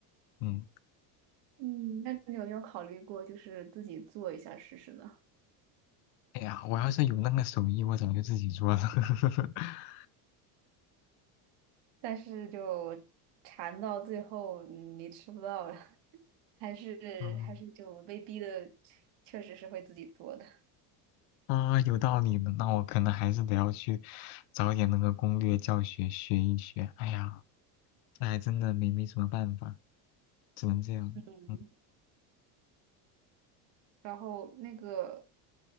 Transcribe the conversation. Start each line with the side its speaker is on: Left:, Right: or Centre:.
Left: 嗯，
Right: 嗯，那你有没有考虑过就是自己做一下试试呢？
Left: 哎呀，我要是有那个手艺，我早就自己做了。<laughs>
Right: 但是就馋到最后你吃不到了，<laughs> 还是还是就被逼的，
Left: 嗯
Right: 确实是会自己做的。
Left: 啊，有道理的，那我可能还是得要去找点那个攻略教学学一学。哎呀，这还真的没没什么办法，只能这样。
Right: 嗯，
Left: 嗯。
Right: 然后那个